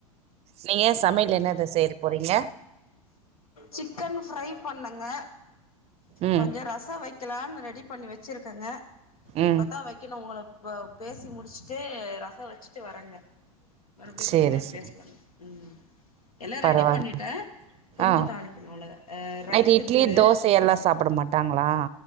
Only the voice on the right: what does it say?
நீங்க சமையல் என்னத செய்ய போறீங்க
ம்
ம்
சேரி
சேரி
பரவால்ல
ஆ
நைட்டு இட்லி
தோசை எல்லா சாப்பிட மாட்டாங்களா